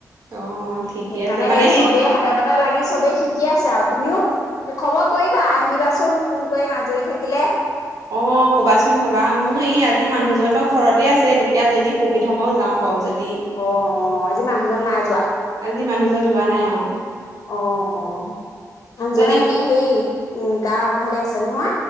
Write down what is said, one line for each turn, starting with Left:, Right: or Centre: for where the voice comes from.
Left: সেইটো
Right: অ ঠিকে আছে
Left: কাৰণে
Right: মানে
Left: সেই চবেই হাতে পাতে লাগে চবেই শিকি আছে আৰু তুমিও, খবৰ কৰিবা আহিবাচোন, ফোন কৰি আজৰি থাকিলে।
Right: অ' কবাচোন কবা, মোৰ সেই আজি মানুহজন বাৰু ঘৰতে আছে তেতিয়া যদি সুবিধা পাও যাম বাৰু যদি
Left: আহ আহ, আজি মানুহজন নাই যোৱা?
Right: আজি মানুহজন যোৱা নাই অ
Left: আহ আহ মানুহজনৰ
Right: যদি
Left: এনে হেৰি উম গা ভালে আছে নহয়?